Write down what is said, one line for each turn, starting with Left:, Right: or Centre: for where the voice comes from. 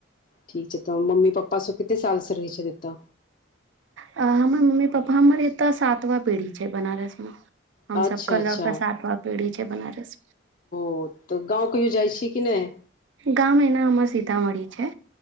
Left: ठीक छै त मम्मी पप्पा पासु कत सालस रहै छै दत
Right: हमर मम्मी पापा हमर एतय सातवा पीढ़ी छै बनारस में हमसभके
Left: अच्छा अच्छा
Right: लऽ कऽ सातवा पीढ़ी छय बनारसमे
Left: ओ तऽ गाँव कहियो जाइ छी कि नय
Right: गाम एना हमर सीतामढ़ी छै